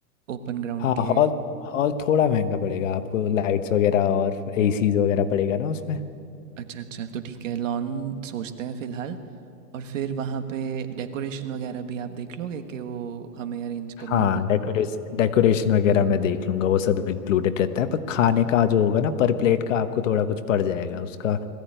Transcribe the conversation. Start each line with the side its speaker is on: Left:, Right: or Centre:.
Right: ओपन ग्राउंड
Left: हाँ
Right: के
Left: हॉल हॉल थोड़ा महंगा पड़ेगा आपको लाइट्स वगैरह और एसीज वगैरह पड़ेगा ना उसमें
Right: अच्छा अच्छा तो ठीक है लॉन सोचते हैं फ़िलहाल और फिर वहाँ पे डेकोरेशन वगैरह भी आप देख लोगे कि वो हमें अरेंज
Left: हाँ
Right: करना होगा
Left: डेकोरेस डेकोरेशन वगैरह मैं देख लूंगा वो सब इंक्लूडेड रहता है पर खाने का जो होगा ना पर प्लेट का आपको थोड़ा कुछ पड़ जाएगा उसका